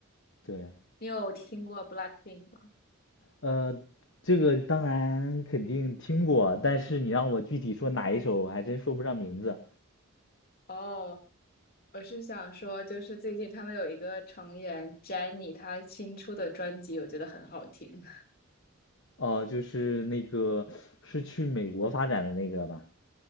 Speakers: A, on the left (about 60°); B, on the left (about 45°).
A: 对，
B: 你有听过 BLACKPINK 吗？
A: 呃，这个当然肯定听过，但是你让我具体说哪一首，我还真说不上名字。
B: 哦，我是想说，就是最近他们有一个成员 Jennie，她新出的专辑我觉得很好听，
A: 哦，就是那个是去美国发展的那个吧？